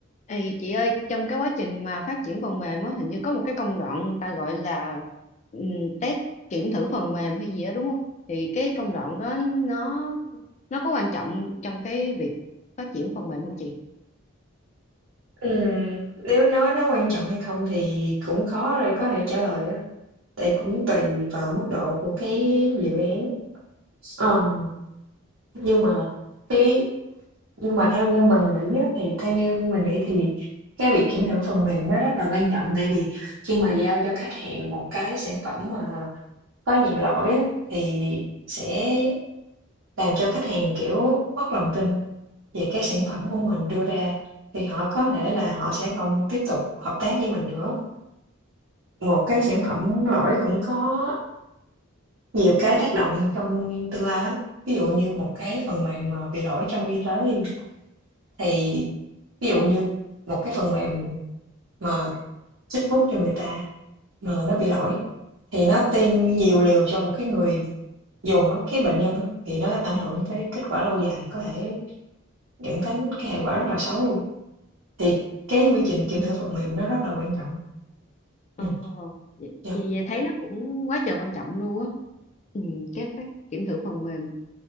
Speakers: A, on the left (about 35°); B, on the right (about 85°).
A: Ê, chị ơi, trong cái quá trình mà phát triển phần mềm á, hình như có một cái công đoạn người ta gọi là ừm, test kiểm thử phần mềm hay gì đó đúng không? Thì cái công đoạn đó nó nó có quan trọng trong cái việc phát triển phần mềm không chị?
B: Ừm, nếu nói nó quan trọng hay không thì cũng khó để có thể trả lời á, tại cũng tùy vào mức độ của cái dự án. Ờm, nhưng mà cái nhưng mà theo như mình nghĩ á, thì theo như mình nghĩ thì cái việc kiểm thử phần mềm nó rất là quan trọng, tại vì khi mà giao cho khách hàng một cái sản phẩm mà có nhiều lỗi á, thì sẽ làm cho khách hàng, kiểu, mất lòng tin về cái sản phẩm của
A: Ừ.
B: mình đưa ra, thì họ có thể là họ sẽ không tiếp tục hợp tác với mình nữa. Một cái sản phẩm lỗi cũng có nhiều cái tác động trong tương lai lắm. Ví dụ như một cái phần mềm mà bị lỗi trong y tế đi, thì ví dụ như một cái phần mềm mà chích thuốc cho người ta mà nó bị lỗi thì nó tiêm nhiều liều cho một cái người dùng á, cái bệnh nhân á, thì nó ảnh hưởng tới kết quả lâu dài, có thể dẫn đến cái hệ quả rất là xấu luôn. Thì cái quy trình kiểm thử phần mềm nó rất là quan trọng.
A: Ờ,
B: Ừm,
A: vậy,
B: yeah.
A: vậy vậy thấy nó cũng quá trời quan trọng luôn á. Ừ, cái phát kiểm thử phần mềm